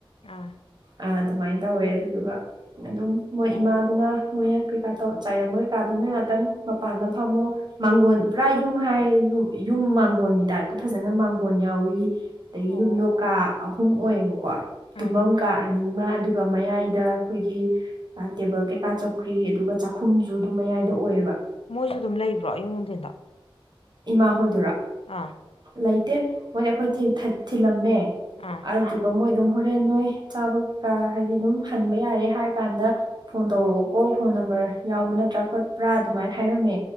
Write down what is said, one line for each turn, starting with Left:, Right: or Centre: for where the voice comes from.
Left: ꯑꯥ
Right: ꯑ ꯑꯗꯨꯃꯥꯏꯅ ꯇꯧꯋꯦ ꯑꯗꯨꯗꯨꯒ ꯑꯗꯨꯝ ꯃꯣꯏ
Left: ꯑꯣ
Right: ꯏꯃꯥꯗꯨꯅ ꯃꯣꯏꯅ ꯀꯩꯀꯥ ꯇꯧ ꯆꯥꯏꯔꯝꯕ ꯀꯩꯀꯥꯗꯨꯅ ꯅꯣꯏ ꯉꯥꯛꯇꯪ ꯃꯄꯥꯟꯗ ꯐꯝꯃꯣ ꯃꯥꯡꯒꯣꯟ ꯄꯨꯔꯥ ꯌꯨꯝ ꯍꯥꯏꯔꯦ ꯌꯨꯝ ꯌꯨꯝ ꯃꯥꯡꯒꯣꯟꯒꯤ ꯇꯥꯏꯞꯇ ꯐꯖꯅ ꯃꯥꯡꯒꯣꯟ ꯌꯥꯎꯏ ꯑꯗꯩꯏ
Left: ꯑꯣ
Right: ꯌꯨꯝꯗꯣ ꯀꯥ ꯑꯍꯨꯝ ꯑꯣꯏꯌꯦꯕꯀꯣ
Left: ꯎꯝ
Right: ꯇꯨꯝꯕꯝ__ ꯀꯥ ꯑꯅꯤꯃ ꯑꯗꯨꯒ ꯃꯌꯥꯏꯗ ꯑꯩꯈꯣꯏꯒꯤ ꯑ ꯇꯦꯕꯜ ꯀꯩꯀꯥ ꯆꯧꯀ꯭ꯔꯤ ꯑꯗꯨꯒ ꯆꯥꯛꯈꯨꯝꯁꯨ ꯑꯗꯨꯝ ꯃꯌꯥꯏꯗ ꯑꯣꯏꯌꯦꯕ
Left: ꯃꯣꯏꯁꯨ ꯑꯗꯨꯝ ꯂꯩꯕ꯭ꯔꯣ ꯑꯌꯨꯡ ꯅꯨꯡꯊꯤꯟꯗ
Right: ꯏꯃꯥ ꯍꯣꯏꯗꯨꯔꯣ
Left: ꯑꯥ
Right: ꯂꯩꯇꯦ ꯃꯣꯏꯅ ꯑꯩꯈꯣꯏ ꯊꯤꯟ ꯊꯠ ꯊꯤꯜꯂꯝꯃꯦ
Left: ꯑꯥ
Right: ꯑꯗꯨꯒ ꯃꯣꯏ ꯑꯗꯨꯝ ꯍꯣꯔꯦꯟ ꯅꯣꯏ ꯆꯥꯕ ꯀꯩꯀꯥ ꯍꯥꯏꯗꯤ ꯑꯗꯨꯝ ꯍꯟꯕ ꯌꯥꯔꯦ ꯍꯥꯏꯔ ꯀꯥꯟꯗ ꯐꯣꯟ ꯇꯧꯔꯛꯑꯣꯀꯣ ꯐꯣꯟ ꯅꯝꯕꯔ ꯌꯥꯎꯕ ꯅꯠꯇ꯭ꯔꯥ ꯈꯣꯠꯄ꯭ꯔꯥ ꯑꯗꯨꯃꯥꯏꯅ ꯍꯥꯏꯔꯝꯃꯦ